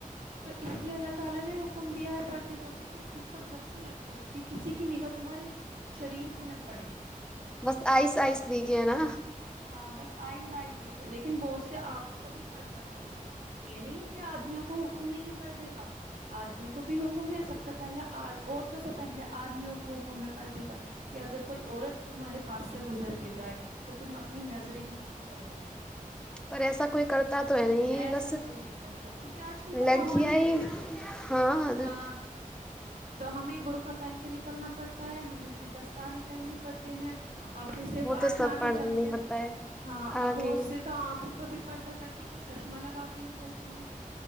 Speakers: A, on the right (about 75°); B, in the centre.
A: تو اس لیے اللہ تعالی نے حک م دیا ہے پردے کہ تم خود کو ڈھک کے رکھو کہ کسی کی نگاہ تمہارے شریر پہ نہ پڑے
B: بس آئس آئس دیکھے نہ
A: ہاں بس آئیز آئیز دیکھ ہے لیکن بہت سے آنکھوں کا بھی پردہ کرتے یہ نہیں ہے کہ آدمیوں کو حکم نہیں ہے پردے کا آدمیوں کو بھی حکم ہے سب سے پہلے اد عورتوں سے پہلے آدمیوں کو حکم ہے پردے کا کہ اگر کوئی عورت تمہارے پاس سے گزر کے جائے تو تم اپنی نظریں نیچے کر لو
B: پر ایسا کوئی کرتا تو ہے نہیں
A: ایسا
B: بس
A: کوئی نہیں کرتا کیونکہ آج کل کا
B: لڑکیاں
A: ماحول یہ
B: ہی
A: ہے
B: ہاں اگر
A: ہاں تو ہمیں برقعہ پہن کے نکلنا پڑتا ہے ہمیں پھر دستانے پہننے پڑتے ہیں اور پھر صرف
B: وہ
A: آنکھیں
B: تو سب
A: آنکھیں
B: پڑھنا
A: چمکے
B: ہی پڑتا ہے
A: ہاں
B: آ
A: اب بہت
B: کے
A: سے تو آنکھیں کو بھی پردہ کرتی تو چشمہ لگا کے نکلتی ہے